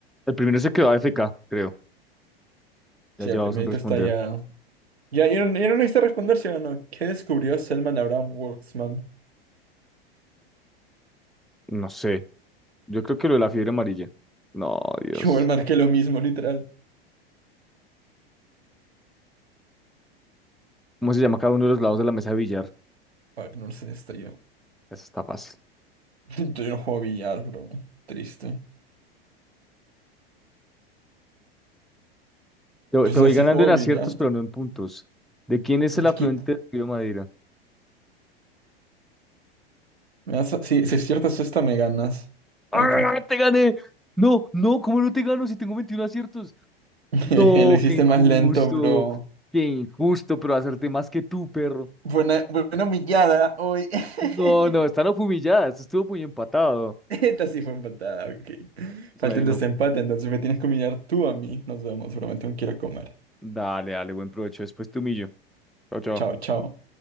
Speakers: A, in the centre; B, on the right (about 85°).
A: El primero se quedó AFK, creo. Ya
B: Sí,
A: llevamos
B: el primerito
A: sin responder.
B: está ya. Ya, ya, no ya no necesito responder si o no. ¿Qué descubrió Selman Abraham Waxman? <laughs>
A: No sé. Yo creo que lo de la fiebre amarilla. No, Dios.
B: Que igual marqué lo mismo, literal.
A: ¿Cómo se llama cada uno de los lados de la mesa de billar?
B: Fuck, no sé, está yo.
A: Eso está fácil.
B: <laughs> Yo no juego billar, bro. Triste.
A: Te, te
B: O sea,
A: voy
B: si
A: ganando
B: juego
A: en aciertos,
B: billar.
A: pero no en puntos. ¿De quién es el afluente
B: ¿Qué?
A: del río Madeira?
B: Me vas a- Si, si aciertas esta, me ganas.
A: ¡Ah,
B: Ok.
A: te gané! No, no, ¿cómo no te gano si tengo 21 aciertos?
B: <laughs>
A: No,
B: Lo hiciste
A: qué injusto.
B: más lento, bro.
A: Qué injusto, pero hacerte más que tú, perro.
B: Buena, buena humillada hoy. <laughs>
A: No, no, están humilladas. Estuvo muy empatado.
B: Esta sí fue empatada, ok.
A: Bueno,
B: Falta el desempate, entonces me tienes que humillar tú a mí. Nos vemos, bro. Me tengo que ir a comer.
A: dale, dale, buen provecho. Después te humillo. Chao, chao.
B: Chao, chao.